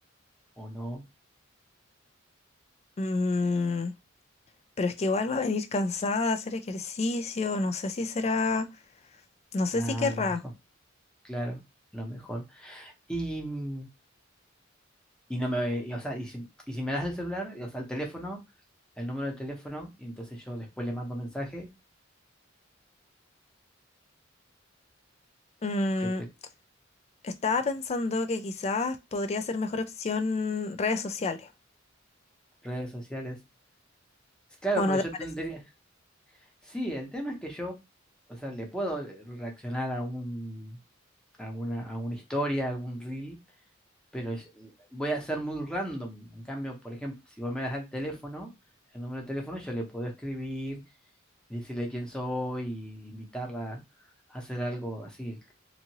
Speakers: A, in the centre; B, on the left.
A: o no,
B: Mm, pero es que igual va a venir cansada de hacer ejercicio, no sé si será, no sé
A: nada,
B: si querrá.
A: lo mejor, claro, lo mejor. Y, mm, y no me, y, o sea, y si, y si me das el celular, y, o sea, el teléfono, el número de teléfono, y entonces yo después le mando mensaje
B: Mm,
A: que te
B: estaba pensando que quizás podría ser mejor opción redes sociales,
A: redes sociales. Es Claro,
B: ¿o
A: pero
B: no
A: yo
B: te parece?
A: tendría. Sí, el tema es que yo, o sea, le puedo eh, reaccionar a un, a alguna, a una historia, a algún reel, pero yo- voy a ser muy random. En cambio, por ejemplo, si vos me das el teléfono, el número de teléfono, yo le puedo escribir y decirle quién soy, y invitarla a hacer algo así,